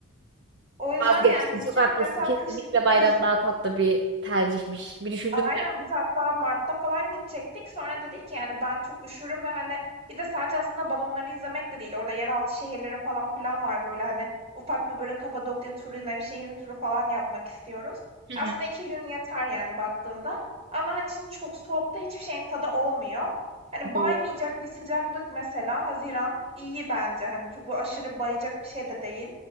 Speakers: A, on the right; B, on the right.
A: O yüzden
B: Vazgeçtim.
A: yani biz
B: Çok
A: çünkü
B: haklısın.
A: mesela
B: Kesinlikle
A: kış
B: bayram
A: kış
B: daha tatlı bir tercihmiş. Bir düşündüm
A: Aynen
B: de.
A: biz hatta Mart'ta falan gidecektik. Sonra dedik ki yani ben çok üşürüm ve hani bir de sadece aslında balonları izlemek de değil. Orada yeraltı şehirleri falan filan var böyle hani ufak bir böyle Kapadokya turu, Nevşehir turu falan yapmak istiyoruz.
B: Hı
A: Aslında iki gün yeter yani baktığında. Ama hani şimdi çok soğukta hiçbir şeyin tadı olmuyor. Hani
B: hı.
A: baymayacak bir sıcaklık mesela Haziran iyi bence. Hani çok böyle aşırı bayacak bir şey de değil.